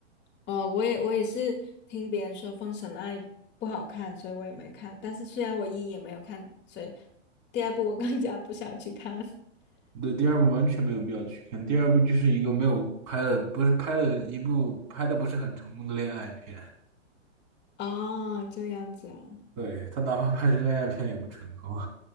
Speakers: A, on the left; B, on the right.
A: 哦，我也我也是听别人说《封神二》不好看，所以我也没看。但是虽然我一也没有看，所以第二部我更加不想去看。<laughs>
B: 对，第二部完全没有必要去看。第二部就是一个没有拍的，不是拍的一部拍的不是很成功的恋爱片。
A: 哦，这样子啊，
B: 对，他哪怕拍成恋爱片也不成功，